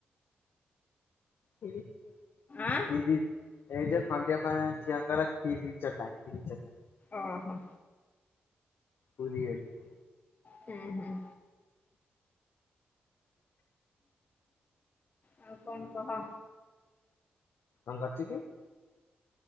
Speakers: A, on the left; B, on the left.
A: ହାଲୋ।
B: ଆଁ
A: କିରି ଏଇ ଯୋଉ ଖଣ୍ଡି ଅପା ଝିଅଙ୍କର କ୍ଷୀରି ଚଟା କ୍ଷୀରି ଚଟା।
B: ଓହୋ।
A: ପୁରୀ ବେଲିଅ।
B: ହୁଁ ହୁଁ। ଆଉ କଣ କହ?
A: କଣ କରୁଚୁ କି?